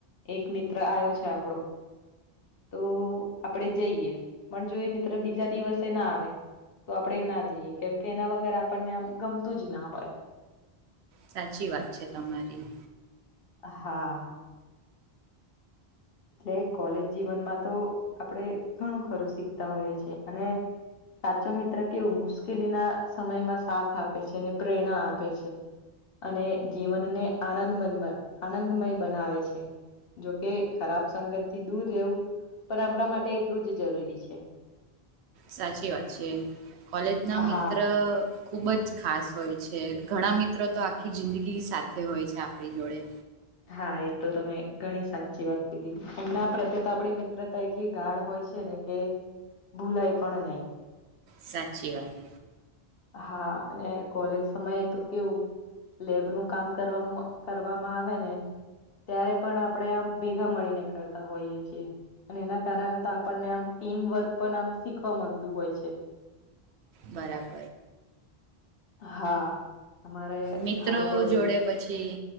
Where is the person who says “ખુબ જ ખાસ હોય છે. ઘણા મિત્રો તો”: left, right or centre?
Right